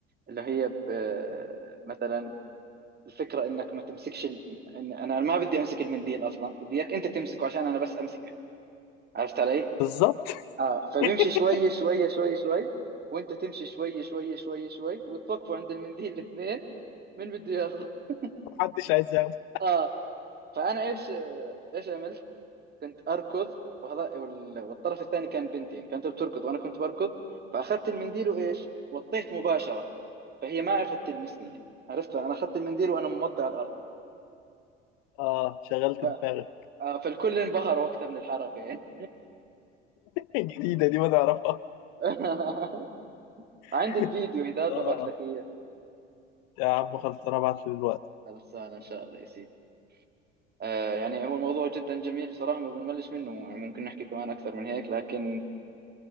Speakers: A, on the right (about 25°); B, on the left (about 50°).
A: اللي هي ب... آه، مثلا الفكرة انك ما تمسكش ال... إن انا ما بدي امسك المنديل اصلا بدي اياك انت تمسكه عشان انا بس امسكك عرفت علي؟
B: بالظبط
A: اه فبيمشي
B: <laughs>
A: شوي شوي شوي شوي وانت تمشي شوي شوي شوي شوي وتوقفوا عند المنديل الاثنين مين بده ياخذه؟ <laughs>
B: محدش عايز ياخد
A: اه فانا ايش آه، ايش عملت؟ كنت اركض وهذا وال- والطرف الثاني كان بنت يعني كانت بتركض وانا كنت بركض فاخذت المنديل وايش؟ وطيت مباشرة فهي ما عرفت تلمسني يعني عرفت فانا اخذت المنديل وانا موطي على الارض
B: اه شغلت
A: ف...
B: دماغك
A: آه، فالكل انبهر وقتها من الحركة يعني
B: <laughs> جديده دي ما نعرفها
A: <laughs>
B: <laughs>
A: عندي الفيديو اذا ببعت
B: اه
A: لك اياه
B: يا عم خلصنا ابعت لي دلوقتي
A: خلصانه ان شاء الله يا سيدي آه يعني هو الموضوع جدا جميل صراحه ما بنملش منه يعني ممكن نحكي كمان اكثر من هيك لكن